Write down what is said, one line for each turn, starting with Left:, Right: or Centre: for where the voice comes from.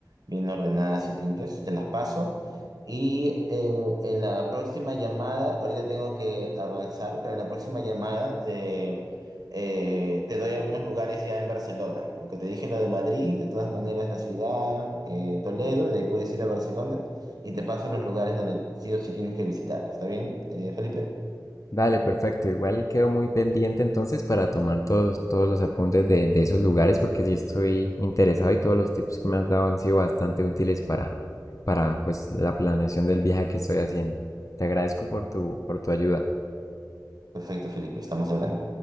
Right: bien ordenadas y limpias. Te las paso. Y eh, en la próxima llamada, ahorita tengo que avanzar, pero en la próxima llamada te, eh, te doy algunos lugares ya en Barcelona. Lo que te dije, lo de Madrid, de todas maneras la ciudad, eh, Toledo, y de ahí puedes ir a Barcelona y te paso los lugares donde sí o sí tienes que visitar. ¿Está bien, eh, Felipe?
Left: dale, perfecto. Igual quedo muy pendiente entonces para tomar todos, todos los apuntes de, de esos lugares porque sí estoy interesado y todos los tips que me has dado han sido bastante útiles para, para pues la planeación del viaje que estoy haciendo. Te agradezco por tu, por tu ayuda.
Right: Perfecto, Felipe, estamos hablando.